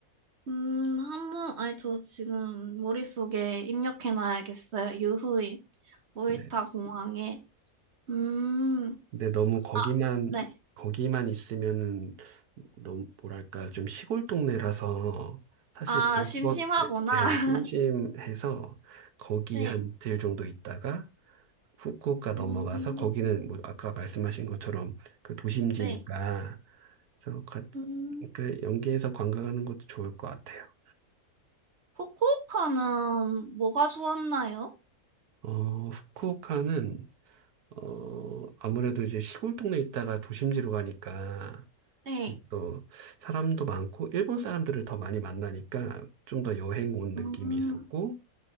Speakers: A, on the right; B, on the right.
A: 음, 한번, 아니, 저 지금 머릿속에 입력해놔야겠어요. 유후인. 오이타
B: 네.
A: 공항에. 음,
B: 근데 너무 거기만
A: 아, 네.
B: 거기만 있으면은 너무 뭐랄까 좀 시골 동네라서 사실
A: 아,
B: 본권
A: 심심하구나.
B: 에
A: <laughs>
B: 심심해서 거기
A: 네.
B: 한 이틀 정도 있다가 후쿠오카 넘어가서
A: 음,
B: 거기는 뭐 아까 말씀하신 것처럼 그 도심지니까
A: 네.
B: 그래서 가,
A: 음,
B: 그 연계해서 관광하는 것도 좋을 것 같아요.
A: 후쿠오카는 뭐가 좋았나요?
B: 어, 후쿠오카는 어 아무래도 이제 시골 동네 있다가 도심지로 가니까
A: 네.
B: 또 사람도 많고 일본 사람들을 더 많이 만나니까 좀 더 여행 온 느낌이
A: 음,
B: 있었고